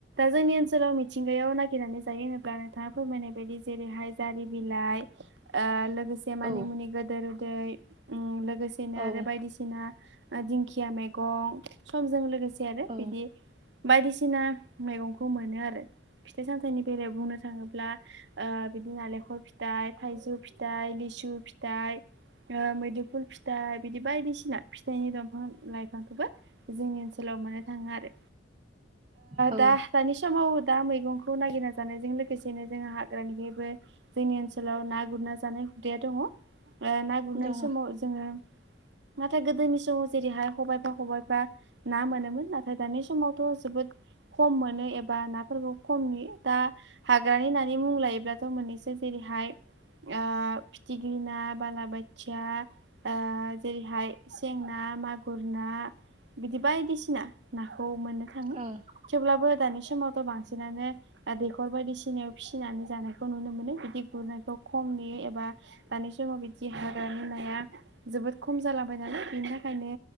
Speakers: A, on the right; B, on the right.
A: जोंनि ओनसोलाव मिथिंगायाव नागिरनानै जायो होनोब्ला नोंथाङा फोरमायनाय बायदि जेरैहाय जारि बिलाइ ओ लोगोसे मानि
B: औ
A: मुनि गोदोर उदै लोगोसेनो
B: औ
A: आरो बायदिसिना दिंखिया मैगं समजों लोगोसे आरो
B: औ
A: बिदि बायदिसिना मैगंखौ मोनो आरो फिथाइ सामथाइनि बेलायाव बुंनो थाङोब्ला ओ बिदि नालेंखर फिथाइ थाइजौ फिथाइ लिसु फिथाइ मैदुफुल फिथाइ बिदि बायदिसिना फिथाइनि दंफां लाइफांखौबो जोंनि ओनसोलाव थाङो आरो
B: औ
A: दा दानि समाव दा मैगंखौ नागिरना जानायजों लोगोसेनो जोंङो हाग्रानिबो जोंनि ओनसोलाव ना गुरना जानाय हुदाया दङ ओ ना गुरनाय
B: दङ
A: समाव
B: औ
A: जोङो नाथाय गोदोनि समाव जेरैहाय खबायफा खबायफा ना मोनो नाथाय दानि समावथ' जोबोद खम मोनो एबा नाफोरखौ खम नुयो दा हाग्रानि नानि मुं लायोब्लाथ' मोननैसो जेरैहाय ओ फिथिख्रि ना बालाबाय खोथिया ओ जेरैहाय सें ना मागुर ना बिदि बायदिसिना नाखौ मोननो थाङो
B: औ
A: थेवब्लाबो दानि बे समावथ' बांसिनानो दैखर बायदिसिनायाव फिसिनानै जानायखौ नुनो मोनो बिदि गुरनायखौ खम नुयो एबा दानि समाव बिदि हाग्रानि नाया जोबोद खम जालांबाय नालाय बिनि थाखायनो